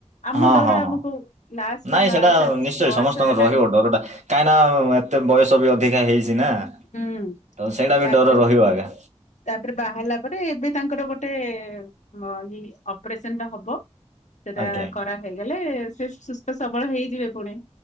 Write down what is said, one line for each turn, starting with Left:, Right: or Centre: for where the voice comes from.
Left: ଆମ
Right: ହଁ
Left: ଡର
Right: ହଁ ହଁ
Left: ଆମକୁ ଲାଷ୍ଟ
Right: ନାଇଁ ସେଟା ନିଶ୍ଚୟ
Left: ବୟସ
Right: ସମସ୍ତଙ୍କ
Left: ହେଲାଣି
Right: ରହିବ ଡରଟା କାହିଁକି ନା ମତେ ବୟସ ବି ଅଧିକ ଚି ନା
Left: ହୁଁ
Right: ତ ସେଇଟା ବି
Left: ତାପରେ
Right: ଡର ରହିବ ଆଜ୍ଞା।
Left: ତାପରେ ବାହାରିଲା ପରେ ଏବେ ତାଙ୍କର ଗୋଟେ ହଁ ଏଇ ଅପରେସନ ଟା ହବ ସେଟା
Right: ଆଜ୍ଞା ଆଜ୍ଞା
Left: କରାହଇଗଲେ ସେ ସୁସ୍ଥ ସବଳ ହେଇଯିବେ ପୁଣି